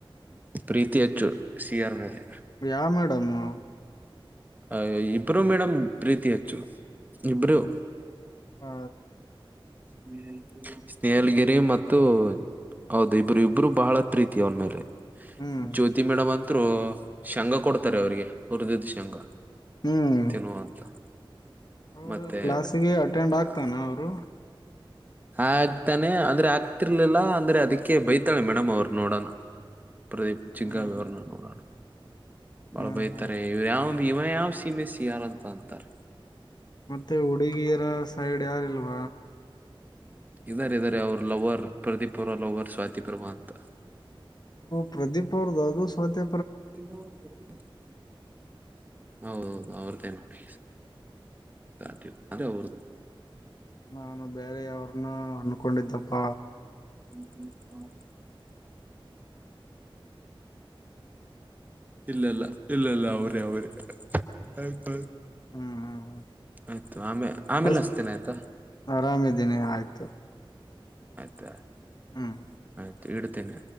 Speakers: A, on the right (about 20°); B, on the left (about 50°).
A: <unintelligible> ಪ್ರೀತಿ ಹೆಚ್ಚು ಸಿಯರ್ ಮೇಲೆ.
B: ಯಾವ್ ಮೇಡಮು
A: ಅ ಇಬ್ರು ಮೇಡಮ್ ಪ್ರೀತಿ ಹೆಚ್ಚು ಇಬ್ರು.
B: ಹ
A: <unintelligible> ಸ್ನೇಹಲಗಿರಿ ಮತ್ತು ಹೌದು ಇಬ್ರು ಇಬ್ರು ಬಹಳ ಪ್ರೀತಿ ಅವನ್ ಮೇಲೆ.
B: ಹ್ಮ್
A: ಜ್ಯೋತಿ ಮೇಡಮ್ ಅಂತ್ರು ಶಂಗಾ ಕೊಡ್ತರೆ ಅವ್ರಿಗೆ ಹುರಿದಿದ್ ಶಂಗಾ.
B: ಹ್ಮ್
A: ತಿನ್ನುವಂತ <unintelligible>
B: ಅವರು
A: ಮತ್ತೆ
B: ಕ್ಲಾಸಿಗೆ ಅಟೆಂಡ್ ಆಗ್ತಾನ
A: ಹ
B: ಅವರು
A: ಆಗ್ತಾನೆ ಅಂದ್ರೆ ಆಗ್ತಿರ್ಲಿಲ್ಲ ಅಂದ್ರೆ ಅದಕ್ಕೆ ಬೈತಾಳೆ ಮೇಡಮ್ ಅವ್ರು ನೋಡನ. ಪ್ರದೀಪ್ ಚಿಗಾ
B: ಹ್ಮ್
A: ವಿವರ್ರಣೋಡ ಬಾಳ
B: ಹ್ಮ್
A: ಬೈತಾರೆ
B: ಹ್ಮ್
A: ಇವ ಯಾವ್ ಇವ ಯಾವ್ ಸೀಮೆ ಸಿಯಾರ್ ಅಂತ ಅಂತರೆ.
B: ಮತ್ತೆ ಹುಡುಗಿಯರ ಸೈಡ್ ಯಾರಿಲ್ವ.
A: ಇದರ ಇದರೆ ಅವರು ಲವರ್ ಪ್ರದೀಪ್ ಅವ್ರು ಲವರ್ ಸ್ವಾತಿಪರ್ವ ಅಂತ.
B: ಹೊ ಪ್ರದೀಪ್ ಅವ್ರದ ಅದು. ಮತೆ
A: ಇನ್ನ <unintelligible> ಹೌದೌದು ಅವ್ರ್ದೇ ನೋಡಿ <unintelligible> ಸಾ ಅದೆ ಅವ್ರ
B: ಹ ನ ಬೇರೆ ಯವ್ರನ್ನ ಅನ್ಕೊಂಡಿದ್ದಪ್ಪ.
A: ಹ ಇಲ್ಲ ಇಲ್ಲ ಇಲ್ಲ ಇಲ್ಲ ಅವ್ರೆ ಅವ್ರೆ. ಆಯ್ತ್
B: ಹ್ಮ್ ಹ್ಮ್ ಹ್ಮ್
A: ಆಯ್ತು ಆಮೇ ಆಮೇಲೆ
B: ಅ
A: ಹಸ್ತಿನಿ ಆಯ್ತಾ.
B: ಆರಾಮಿದ್ದೀನಿ ಆಯ್ತು
A: ಆಯ್ತ
B: ಹ್ಮ್
A: ಆಯ್ತು ಇಡುತಿನಿ